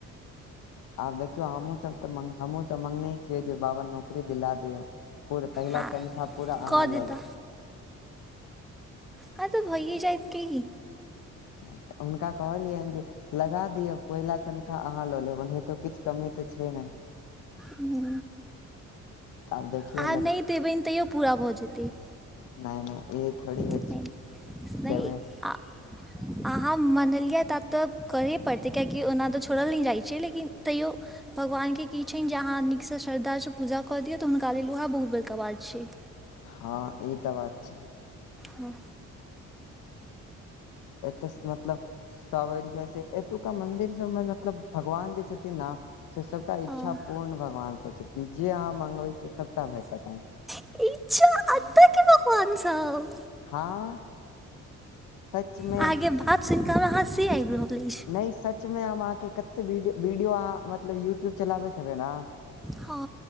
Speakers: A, on the left; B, in the centre.
A: आब देखियौ हमहूँ सभ तऽ हमूँ तऽ मंगने छियै जे बाबा नौकरी दिला दिअ धूर पहिला
B: हँ
A: तनख्वाह पूरा
B: कऽ
A: अहाँ लऽ
B: देता
A: लेब
B: हँ तऽ भइए जायत कि
A: तऽ हुनका कहलियैन जे लगा दिय पहिला तनखा अहाँ लऽ लेब ओनाहितो किछु कमी तऽ छै नै
B: हुं
A: आब देखियौ
B: अहाँ, नइ देबेन तैयो पूरा भऽ जेतै
A: नाय नाय ए थोड़ी होय
B: नहि
A: छै
B: नहि
A: देबय
B: आ अहाँ मनलियै ता तऽ करहे पड़तै, कियाकी ओना तऽ छोड़ल नै जाइ छै लेकिन तैयो भगवान के कि छैन जे, अहाँ नीक सँ, श्रद्धा सँ, पूजा कऽ दिया तऽ हुनका लेल ओएह बहुत बड़का बात छै।
A: ह ई तऽ बात छै
B: हूँ।
A: एतऽ मतलब, सावरिया से एतुका मंदिर सभमे मतलब भगवान जे छथिन से सभटा
B: हँ।
A: इच्छा पूर्ण भगवान सँ छथिन, जे अहाँ मगबै सभटा भेटत अहाँकेँ
B: अच्छा अते के भगवान सव
A: हा, सचमे
B: अहाँके बात सुन के, हमरा हसी आबि रहल अछि
A: नहि सचमे, हम अहाँकेँ कते वीडियो, वीडियो अहाँ मतलब यूट्यूब चलाबैत हेबै ने?
B: हा